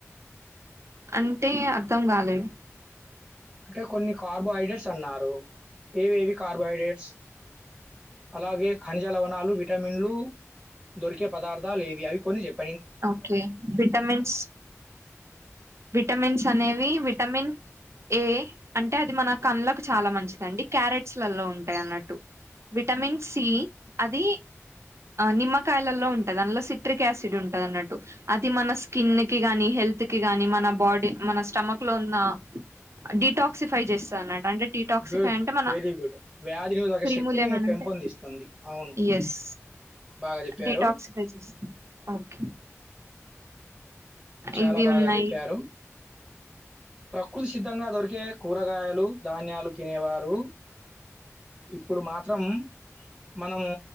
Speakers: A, on the right (about 60°); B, in the centre.
A: అంటే అర్థం కాలేదు
B: అంటే కొన్ని కార్బోహైడ్రేట్స్ అన్నారు ఏవి ఏవి కార్బోహైడ్రేట్స్? అలాగే ఖనిజ లవణాలు, విటమిన్లు దొరికే పదార్థాలు ఏవి అవి కొన్ని చెప్?
A: ఓకే విటమిన్స్ విటమిన్స్ అనేవి విటమిన్ ఏ అంటే అది మన కళ్లకు చాలా మంచిదండి. క్యారెట్స్ లలో ఉంటాయి అన్నట్టు విటమిన్ సి అది నిమ్మకాయలలో ఉంటది. దానిలో సిట్రిక్ యాసిడ్ ఉం టదిన్నట్టు అది మన స్కిన్ కి గానీ, హెల్త్ కి గానీ మన బాడీ మన స్టమక్ లో ఉన్న డిటాక్సిఫై చేస్తా అన్నట అండ్రె డిటాక్సిఫై
B: గుడ్.
A: అంటే మన
B: వెరీ గుడ్. వ్యాధి నిరోధక
A: క్ర్రిములు
B: శక్తిని
A: ఏమైనాంటే
B: పెంపొందిస్తుంది. అవును.
A: ఎస్
B: బాగా జెప్పారు.
A: డిటాక్స్ బేసిస్ అవును.
B: చాలా
A: ఇవి
B: బాగా
A: ఉన్నాయి
B: చెప్పారు. ప్రకృతి సిద్ధంగా దొరికే కూరగాయలు ధాన్యాలు తినేవారు. ఇప్పుడు మాత్రం. మనము